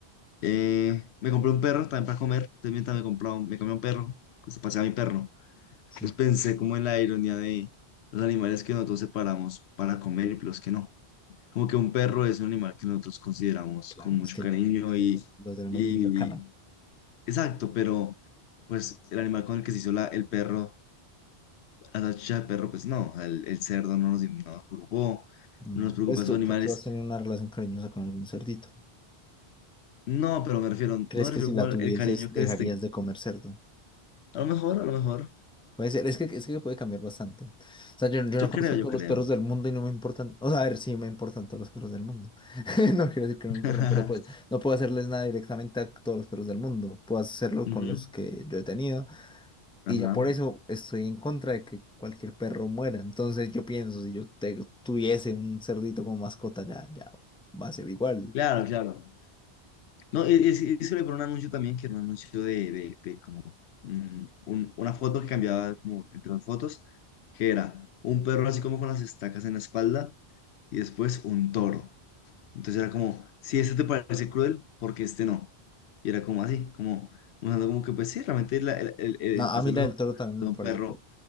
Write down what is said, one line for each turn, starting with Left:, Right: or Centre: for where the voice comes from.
Left: eh, me compré un perro también para comer, entonces mientras me compraba, un- me comía un perro, pues paseaba mi perro. Entonces
Centre: sí,
Left: pensé como en la ironía de los animales que nosotros separamos para comer y los que no. Como que un perro es un animal que nosotros consideramos
Centre: claro,
Left: con mucho
Centre: es que
Left: cariño
Centre: lo
Left: y,
Centre: lo tenemos
Left: y
Centre: muy cercano.
Left: exacto, pero pues el animal con el que se hizo la, el perro, la salchicha del perro, pues no, el, el cerdo no nos, no nos preocupó,
Centre: No.
Left: no nos preocupa
Centre: Pues
Left: esos
Centre: tú,
Left: animales.
Centre: tú, tú has tenido una relación cariñosa con algún cerdito.
Left: No, pero me refiero,
Centre: ¿Crees
Left: no me
Centre: que
Left: refiero
Centre: si la
Left: como el,
Centre: tuvieses
Left: el cariño
Centre: dejarías
Left: que les tengo.
Centre: de comer cerdo?
Left: A lo mejor, a lo mejor,
Centre: Puede ser, es que, es que puede cambiar bastante. O sea, yo, yo
Left: yo
Centre: no Sí.
Left: creo,
Centre: conozco
Left: yo
Centre: todos
Left: creo.
Centre: los perros del mundo y no me importan. O sea, a ver, sí me importan todos los perros del mundo. <laughs> No quiero decir que no
Left: <laughs>
Centre: me importan, pero pues no puedo hacerles nada directamente a todos los perros del mundo. Puedo hacerlo
Left: Ujú,
Centre: con los que yo he tenido.
Left: Ajá.
Centre: Y ya por eso estoy en contra de que cualquier perro muera. Entonces yo pienso, si yo te- tuviese un cerdito como mascota, ya, ya va a ser igual.
Left: Claro, claro. No, y- y sí- y se le por un anuncio también, que era un anuncio de, de, de como mm, un- una foto que cambiaba como entre las fotos, que era un perro así como con las estacas en la espalda y después un toro. Entonces era como, si este te parece cruel, porque este no? Y era como así, como mostrando como que pues sí, realmente la, el, el- el
Centre: No, a
Left: hacerle
Centre: mí la del
Left: un
Centre: toro también
Left: un
Centre: me parece
Left: perro
Centre: que...